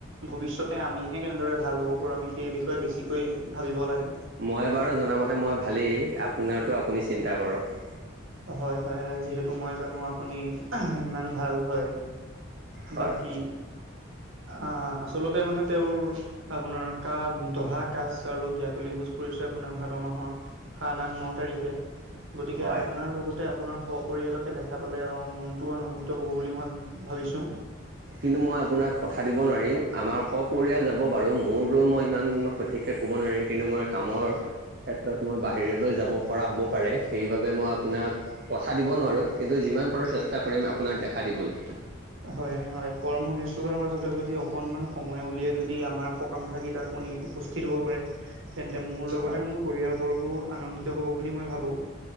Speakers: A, on the right; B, on the right.
A: ভৱিষ্যতে আমিহে কেনেদৰে ভাল হ'ব পাৰোঁ আমি সেই বিষয়ে। বেছিকৈ ভাবিব লাগে।
B: মই বাৰু জনামতে মই ভালেই আপোনাৰো আপুনি চিন্তা কৰক।
A: হয় হয় যিহেতু মই জানো আপুনি ইমান ভাল হয়
B: হয়।
A: বাকী। অ আচলতে মানে তেওঁৰ আপোনাৰ দহা কাচ আৰু গিয়াতলী। ভোজ পৰিছে আপোনাৰ ভাদ মাহৰ সা আঠ ন তাৰিখে। গতিকে
B: হয়।
A: আপোনাৰ লগতে আপোনাৰ সপৰিয়ালকে দেখা পালে অ মনটো আনন্দিত হ'ব বুলি মই ভাবিছো।
B: কিন্তু মই আপোনাক কথা দিব নোৱাৰিম। আমাৰ সপৰিয়াল যাব বাৰু মোৰো মই ইমান সঠিককে ক'ব নোৱাৰিম কিন্তু মই কামৰ ক্ষেত্ৰত মই বাহিৰলৈ যাব পৰা হ'ব পাৰে। সেইবাবে মই আপোনাক কথা দিব নোৱাৰো কিন্তু যিমান পাৰো চেষ্টা কৰিম আপোনাক দেখা দিবলৈ।
A: হয় হয় কৰ্ম। ব্যস্ততাৰ মাজতে যদি অকণমান সময় উলিয়াই যদি আমাৰ সকাম ভাগত আপুনি উপস্থিত হ'ব পাৰে। তেন্তে মোৰ লগতে
B: হয়।
A: মোৰ পৰিয়ালবৰ্গও আনন্দিত হ'ব বুলি মই ভাবো।